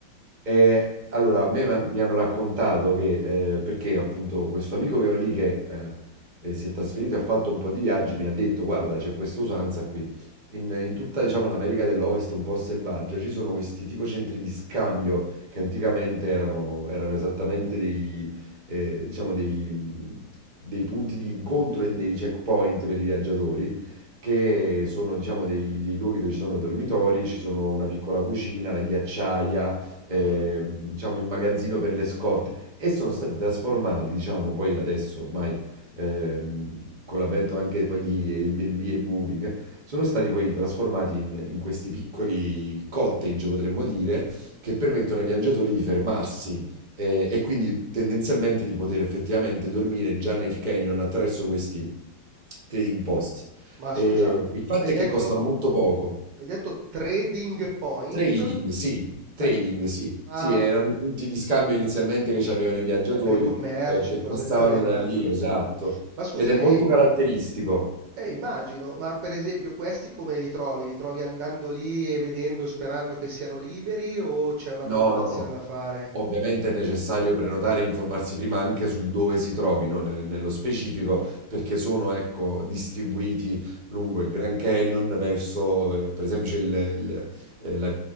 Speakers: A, on the right; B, on the right.
A: Eh, allora, a me m'han- mi hanno raccontato che, eh, perché appunto questo amico che ho lì che eh, eh, si è trasferito e ha fatto un po' di viaggi, mi ha detto, guarda, c'è questa usanza qui. In, in tutta, diciamo, l'America dell'Ovest un po' selvaggia ci sono questi tipo centri di scambio che anticamente erano, erano esattamente dei, eh, diciamo, dei, mh, dei punti di incontro e dei checkpoint per i viaggiatori. che sono, diciamo, dei, dei luoghi dove ci sono dormitori, ci sono una piccola cucina, la ghiacciaia, eh,
B: Mm?
A: diciamo, in magazzino per le scorte e sono stati trasformati, diciamo, poi adesso ormai ehm, con l'avvento anche poi di Airbnb e Booking, sono stati poi trasformati in, in questi piccoli cottage, potremmo dire, che permettono ai viaggiatori di fermarsi. eh, E, quindi tendenzialmente di poter effettivamente dormire già nel canyon attraverso questi trading post.
B: Ma
A: Eh,
B: scusa,
A: il fatto
B: hai
A: è
B: detto,
A: che costano molto poco.
B: hai detto trading point?
A: Trading, sì, trading,
B: Ah,
A: sì.
B: ma
A: Sì, erano i punti di scambio inizialmente che c'avevano i viaggiatori
B: Eh, per i commerci,
A: eh, che
B: cose
A: passavano
B: del genere, immagino,
A: da lì, esatto.
B: sì. Ma scusa,
A: Ed è molto
B: e,
A: caratteristico.
B: eh, immagino, ma per esempio questi come li trovi? Li trovi andando lì e vedendo, sperando che siano liberi o c'è una
A: No,
B: prenotazione
A: no, no.
B: da fare?
A: Ovviamente è necessario prenotare e informarsi prima anche sul dove si trovino ne- nello specifico, perché sono, ecco, distribuiti lungo il Grand Canyon, verso, eh, per esempio, c'è il, il- eh, la-